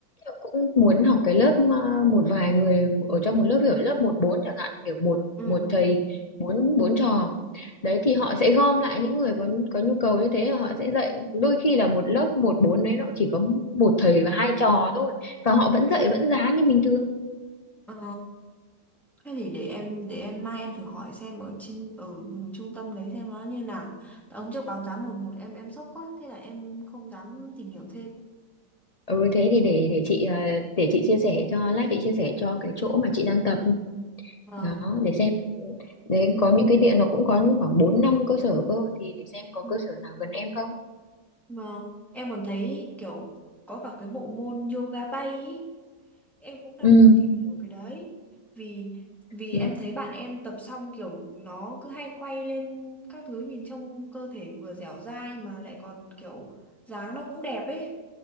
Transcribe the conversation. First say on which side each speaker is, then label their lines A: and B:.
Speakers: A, on the left; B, in the centre.
A: Họ cũng muốn học cái lớp à, một vài người ở trong một lớp kiểu lớp một bốn chẳng hạn kiểu một
B: ừ
A: một
B: ừ
A: thầy bốn bốn trò đấy thì họ sẽ gom lại những người có có nhu cầu như thế họ sẽ dạy đôi khi là một lớp một bốn đấy nó cũng chỉ có một thầy và hai trò thôi và họ vẫn dạy vẫn giá như bình thường
B: ờ thế thì để em để em mai em thử hỏi xem ở trên ở trung tâm đấy xem nó như nào Tại hôm trước báo giá một một em em sốc quá thế là em không dám tìm hiểu thêm
A: Ừ thế thì
B: Ừ.
A: để để chị ờ, để chị chia sẻ cho lát chị chia sẻ cho cái chỗ mà chị đang tập
B: vâng
A: đó để xem đấy có những cái điện nó cũng có khoảng 4 năm cơ sở cơ thì để xem có
B: ừ.
A: cơ sở nào gần em không
B: Vâng, em còn thấy kiểu có cả cái bộ môn yoga bay ý. Em cũng đang
A: ừ
B: muốn tìm hiểu cái đấy. Vì vì
A: ừ
B: em thấy bạn em tập xong kiểu nó cứ hay quay lên các thứ nhìn trông cơ thể vừa dẻo dai mà lại còn kiểu dáng nó cũng đẹp ấy.